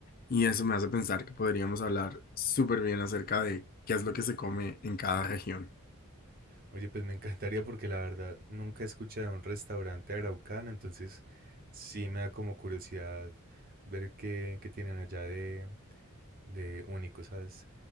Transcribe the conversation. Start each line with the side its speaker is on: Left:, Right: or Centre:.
Left: Y eso me hace pensar que podríamos hablar súper bien acerca de qué es lo que se come en cada región.
Right: Oye, pues me encantaría porque la verdad nunca he escuchado de un restaurante araucano, entonces sí me da como curiosidad ver qué, qué tienen allá de, de único, ¿sabes?